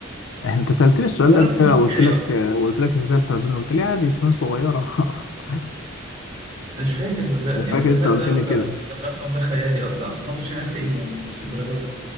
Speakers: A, on the left; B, on the right.
A: إحنا- أنت سألتني السؤال
B: ده
A: ده
B: رقم
A: قبل كده
B: مش طبيعي
A: وقلت لك
B: اصلا
A: آه، وقلت لك إزاي الحلزون قلت لي عادي أسنان صغيرة <laughs>
B: مش فاكر صدقني
A: أنا فاكر
B: بس
A: أنت
B: لا
A: قلت
B: ده
A: لي
B: ده ده
A: كده
B: الرقم ده خيالي اصلا اصلا 25000 ايه يعني مش الدرجات